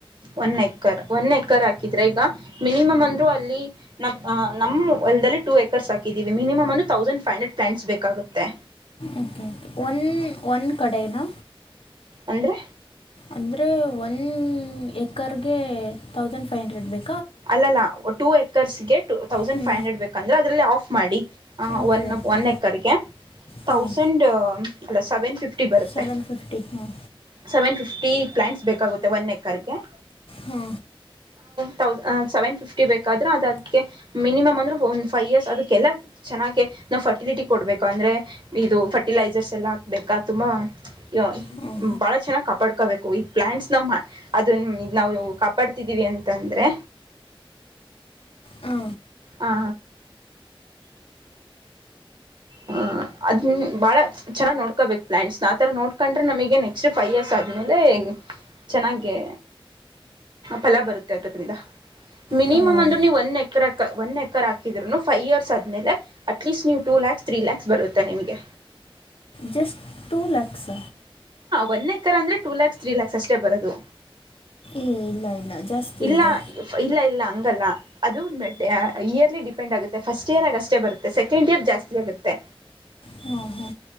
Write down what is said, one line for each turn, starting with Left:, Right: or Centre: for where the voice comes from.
Right: ಒನ್ ಎಕರ್, ಒನ್ ಎಕರ್ ಹಾಕಿದ್ರೆ ಈಗ ಮಿನಿಮಮ್ ಅಲ್ಲಿ ನಮ್ಮ ಅಲ್ದಲ್ಲಿ ಟ ಏಕರ್ಸ್ ಹಾಕಿದೀವಿ ಮಿನಿಮ್ ಒಂದು ತೌಸಂಡ್ ೈವ್ ಹಂಡ್ರೆಡ್ ಪ್ಲಾಂಟ್ಸ್ ಬೇಕಾಗೆ ತ್ತೆ
Left: ಓಕೆ ಓಕೆ ಒನ್ ಒಂದು ಕಡೆನ
Right: ಅಂದರೆ
Left: ಅಂದ್ರೆ ಒನ್ ಏಕರ್ಗೆ ತೌಸಂಡ್ ಫೈವ್ ಹಂಡ್ರೆಡ್ ಬೇಕು
Right: ಅಲ್ಲ ಅಲ್ಲ ಟೂ ಏಕರ್ಸ್ಗೆಟ ತೌಸಂಡ್
Left: ಹ್ಞೂ
Right: ಫೈವ್ ಹಂಡ್ರೆಡ್ ಬೇಕಂದ್ರೆ ಅದ್ರಲ್ಲಿ ಆಫ್ ಮಾಡಿ
Left: ಓಕೆ
Right: ಒನ್
Left: ಓಕೆ
Right: ಒನ್ ಎಕರ್ಗೆ
Left: ಹಾಂ
Right: ತಥೌಸಂಡ್ ಅಲ್ಲ ಸೆವೆನ್ ಫಿಫ್ಟಿ ಬರುತ್ತೆ
Left: ಸೆವೆನ್ ಫಿಫ್ಟಿ ಹ್ಞೂ
Right: ಸೆವೆನ್ ಫಿಫ್ಟಿ ಪ್ಲಾಂಟ್ಸ್ ಬೇಕಾಗುತ್ತೆ ಒನ್ ಎಕರ್ಗೆ
Left: ಹ್ಮ
Right: ತೌಸ್ ಸೆವೆನ್ ಫಿಫ್ಟಿ ಬೇಕಾದ್ರೆ ಅದದಕ್ಕೆ ಮಿನಿಮಮ್ ಅಂದ್ರೂ ಒನ್ ಫೈವ್ ಇಯರ್ಸ್ ಅದಕ್ಕೆಲ್ಲ ಚೆನ್ನಾಗೆ ನಾವು ಫರ್ಟಿಲಿಟಿ ಕೊಡ್ಬೇಕು. ಅಂದ್ರೆ ಇದು ಫರ್ಟಿಲೈಸರ್ಸ್ ಎಲ್ಲ ಹಾಕ್ಬೇಕಾ ತುಂಬಾ <inaudible>
Left: ಹಾಂ
Right: ಭಾಳ ಚೆನ್ನಾಗಿ ಕಪಾಡ್ ಹಾಕಬೇಕು ಇ ಪ್ಲಾಂಟ್ಸ್ ನಾವ್ ಅದ ಇದ್ ನಾವು ಕಾಪಾಡ್ತಿದೀವಿ ಅಂತಂದ್ರೆ
Left: ಹಾ
Right: ಹಾ ಹ್ಮ ಅದ ಬಾಳ ಚೆನ್ನಾಗ ನೋಡ್ಕೋಬೇಕು ಪ್ಲಾಂಟ್ಸ್ ನ ಆ ತರ ನೋಡ್ಕೊಂಡ್ರೆ ನಮಗೆ ನೆಕ್ಸ್ಟ್ ಫೈ್ ಇಯರ್ಸ್ ಆದ್ಮೇಲೆ ಚೆನ್ನಾಗಿದೆ. ಫಲ ಬರುತ್ತೆ ಅದ್ರಿಂದ ಮಿನಿಮಮ್
Left: ಹಾಂ
Right: ಅಂದ್ರೆ ನೀವು ಒಂದು ಎಕ್ರೆ ಒನ್ ಎಕರ್ ಹಾಕಿದ್ರುನು ಫೈವ್ ಇಯರ್ಸ್ ಆದ್ಮೇಲೆ ಅಟ್ಲೀಸ್ಟ್ ನೀವು ಟು ಲ್ಯಾಕ್ಸ ತ್ರೀ ಲ್ಯಾಕ್ಸ್ ಬರುತ್ತೆ ನಿಮಗೆ
Left: ಜಸ್ಟ್ ಟು ಲಲೆಕ್ಸ್
Right: ಒಂದು ಎಕ್ಕರ್ ಅಂದ್ರೆ ಎರಡು ಲಕ್ಷ ಮೂರು ಲಕ್ಷ ಅಷ್ಟೇ ಬರೋದು.
Left: ಏ ಇಲ್ಲ ಇಲ್ಲ ಜಾಸ್ತಿ
Right: ಇಲ್ಲ
Left: ಇದೆ
Right: ಇಲ್ಲ ಇಲ್ಲ, ಹಂಗಲ್ಲ ಅದು ವರ್ಷ ಡಿಪೆಂಡ್ ಆಗುತ್ತೆ ಫಸ್ಟ್ ಇಯರ್ ಆಗಷ್ಟೇ ಬರುತ್ತೆ ಸೆಕೆಂಡ್ ಇಯರ್ ಜಾಸ್ತಿ ಬರುತ್ತೆ
Left: ಹಾ ಹಾ